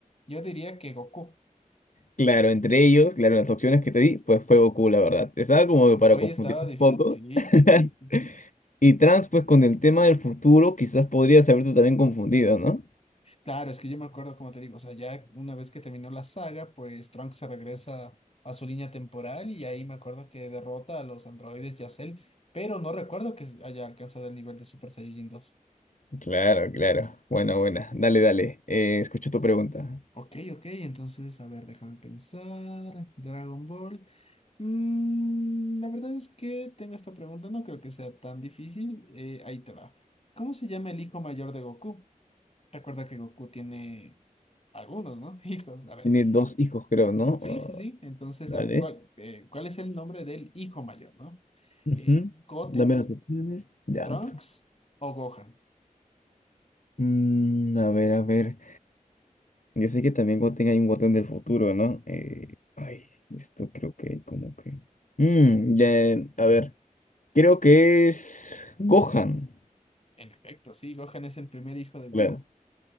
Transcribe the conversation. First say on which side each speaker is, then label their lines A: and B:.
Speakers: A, on the left (about 45°); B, on the left (about 65°).
A: Yo diría que Goku.
B: claro, entre ellos, claro, las opciones que te di, pues fue Goku, la verdad. Estaba como que
A: Hoy
B: para confundirte
A: estaba difícil.
B: un poco.
A: Sí,
B: <laughs>
A: sí, sí, sí.
B: Y Trunks, pues con el tema del futuro, quizás podrías haberte también confundido, ¿no?
A: Claro, es que yo me acuerdo, como te digo, o sea, ya una vez que terminó la saga, pues Trunks se regresa a su línea temporal y ahí me acuerdo que derrota a los androides y a Cell, pero no recuerdo que haya alcanzado el nivel de Super Saiyajin dos
B: Claro, claro. Bueno, buena. Dale, dale. Eh, escucho tu pregunta.
A: Ok, ok, entonces, a ver, déjame pensar. Dragon Ball. Mm, la verdad es que tengo esta pregunta, no creo que sea tan difícil. eh, ahí te va. ¿Cómo se llama el hijo mayor de Goku? Recuerda que Goku tiene algunos, ¿no? <laughs> Hijos, a ver.
B: Tiene dos hijos, creo, ¿no?
A: Sí,
B: Ah,
A: sí, sí. Entonces,
B: dale.
A: a ver, ¿cuál, eh, cuál es el nombre del hijo mayor, ¿no?
B: Ujú.
A: Eh, ¿Goten,
B: Dame las opciones. Ya.
A: Trunks o Gohan?
B: Mm, a ver, a ver. Yo sé que también Goten hay un Goten del futuro, ¿no? Eh, ay, esto creo que como que... Mm, ya, a ver. Creo que es Gohan.
A: En efecto, sí, Gohan es el primer hijo de Goku.
B: Claro.